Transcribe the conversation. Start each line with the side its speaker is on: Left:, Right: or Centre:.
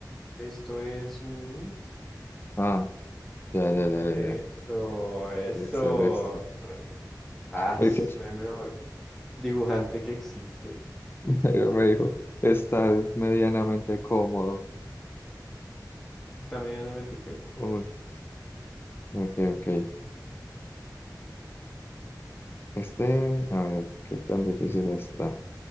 Centre: Esto es un,
Left: ah, ya, ya, ya, ya,
Centre: Eso,
Left: ya.
Centre: eso.
Left: Listo, listo.
Centre: Ah,
Left: Es que
Centre: soy el mejor dibujante que existe.
Left: <laughs> pero me dijo, está medianamente cómodo.
Centre: ¿Está medianamente qué?
Left: Uy, ok, ok. Este, a ver, ¿qué tan difícil está?